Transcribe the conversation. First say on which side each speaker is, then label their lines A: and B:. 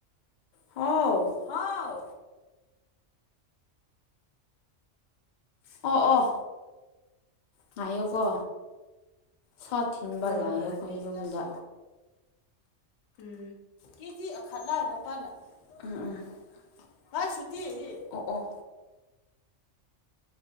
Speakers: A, on the left; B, on the left.
A: ꯍꯥꯎ ꯍꯥꯎ ꯑꯣ ꯑꯣ ꯉꯥꯏꯌꯣꯀꯣ ꯁꯥ ꯊꯤꯟꯕ
B: ꯑꯣ
A: ꯂꯥꯛꯑꯦ
B: ꯍꯣꯏ
A: ꯑꯩꯈꯣꯏ ꯌꯨꯝꯗ
B: ꯎꯝ
A: ꯀꯦꯖꯤ ꯑꯈꯠꯂ ꯂꯄꯥꯅ ꯎꯝ ꯎꯝ ꯎꯝ ꯚꯥꯏ ꯁꯨꯇꯤ ꯑꯣ ꯑꯣ